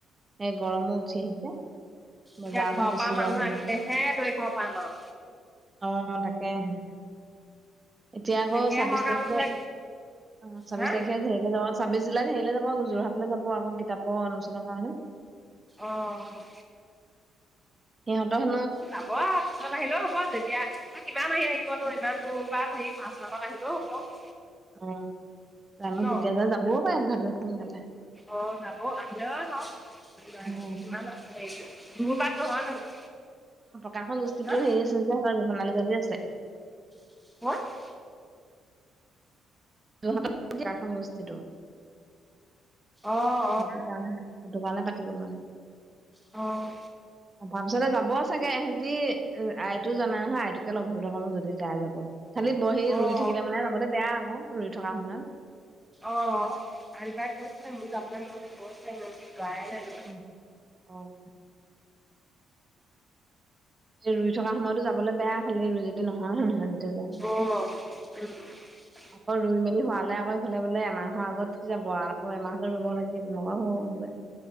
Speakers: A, on the right; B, in the centre.
A: সেই গৰমো উঠি আহিছে,
B: এতিয়া
A: বজাৰ
B: ঘৰৰ
A: আছে বেছি
B: পৰা মানুহ
A: গৰম হ'বগে।
B: আহিলেহে দৈ খাব পাম আৰু
A: অ', তাকেহে। এতিয়া আকৌ
B: যেতিয়াই
A: ছাব্বিশ
B: হওক
A: তাৰিখে,
B: আৰু বোলে
A: অ', ছাব্বিশ
B: হা
A: তাৰিখে <unintelligible> ছাব্বিছ জুলাইত হেৰিলৈ যাব, যোৰহাটলৈ যাব, আকৌ কিতাপৰ অনুষ্ঠানৰ কাৰণে।
B: অহ।
A: সিঁহতৰ
B: যাব আৰু, পিছত আহিলেও হ'ব তেতিয়া। কিমান আহি আহিবনো, ইমান দূৰ বাট হেৰি মাৰ্চ মাহত আহিলেও হ'ব।
A: অ', জানো
B: ন
A: কেতিয়া যায়? যাবও পাৰে ঘৰলে সোনকালে।
B: অ', যাব, আহিলেও আহক। <unintelligible>
A: উম
B: ইমান হেৰি, দূৰ বাট নহয় জানো?
A: অ', প্ৰকাশৰ গোষ্ঠীতো
B: হা
A: হেৰি আছে যে, সিহঁতৰ ঘোষণা চলি আছে
B: <unintelligible>
A: যোৰহাটৰ <unintelligible> গোষ্ঠীটো,
B: অঁ
A: সেইটো কাৰণে সেইতো কাৰণে পাতিব মানে।
B: অহ।
A: হয় তাৰ পিছতে যাব চাগে এহেতি, আইটু জানাই নহয়? আইটুকে লগ ধৰিবলৈ কম, যদি যাই যাব। খালি ব হেৰি
B: অঁ
A: ৰুই থাকিলে মানে যাবলৈ বেয়া আকৌ, ৰুই থকা সময়ত।
B: অ', আইটু বাই কৈছিলে মোৰ যাবলে মন গৈছে, মই যোৱাই নাই। ন
A: উম, অহ। ৰুই থকা সময়তো যাবলৈ বেয়া, খালি ৰুই যদি নহয়, হয়নে নহয়? যেতিয়া যাওঁ।
B: অঁ <inaudible>
A: আকৌ ৰুই মেলি হোৱালে আকৌ ইফালে বোলে এমাহৰ আগত যাব, আকৌ এমাহলৈ ৰ'ব লাগে তেনেকুৱা হ'ব হয়।